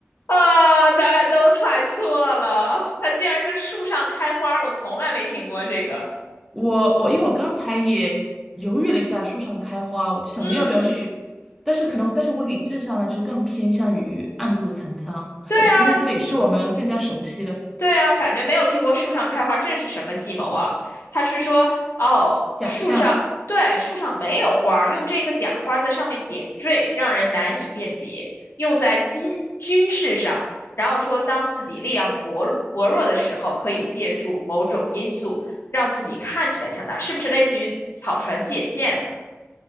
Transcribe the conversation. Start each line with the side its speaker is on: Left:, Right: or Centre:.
Left: 啊，咱俩都猜错了，它竟然是树上开花，我从来没听过这个。
Centre: 我我因为我刚才也犹豫了一下，树上开花，我就想着要不要选，
Left: 嗯，
Centre: 但是可能，但是我理智上呢，就是更偏向于暗度陈仓，
Left: 对啊，
Centre: 呃，因为这个也是我们更加熟悉的
Left: 对啊，感觉没有听过树上开花，这是什么计谋啊？他是说，哦，
Centre: 假象。
Left: 树上，对，树上没有花儿用这个假花在上面点缀，让人难以辨别，用在军军事上。然后说，当自己力量薄弱薄弱的时候，可以借助某种因素让自己看起来强大，是不是类似于草船借箭呢？